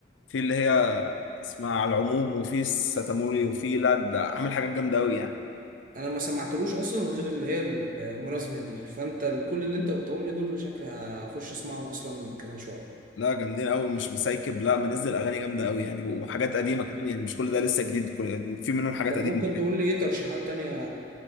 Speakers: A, on the left; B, on the right.
A: في اللي هي اسمها على العموم وفي ستاموري وفي لا ده عامل حاجات جامده قوي يعني
B: أنا ما سمعتلوش أصلا غير اللي هي المرازمن دي فأنت ال- كل اللي أنت قلتهم لي دول شكلي هخش أسمعهم أصلا كمان شوية
A: لا جامدين قوي مش مسايكب لا منزل اغاني جامده قوي يعني وحاجات قديمه كمان يعني مش كل ده لسه جديد كل في منهم حاجات
B: طب
A: قديمه
B: ممكن تقول لي ايه ترشيحات تانية